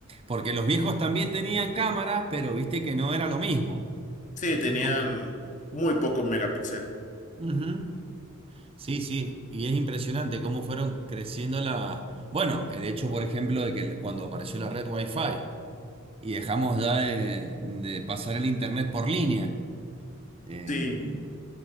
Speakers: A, on the right; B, on the left.
A: Porque los viejos también tenían cámaras, pero viste que no era lo mismo.
B: Sí,
A: Salían
B: tenían
A: con...
B: muy poco megapíxel.
A: Ujú. Sí, sí, y es impresionante cómo fueron creciendo la... Bueno, el hecho, por ejemplo, de que le- cuando apareció la red Wi-Fi y dejamos ya de de pasar el internet por línea. Em,
B: Sí,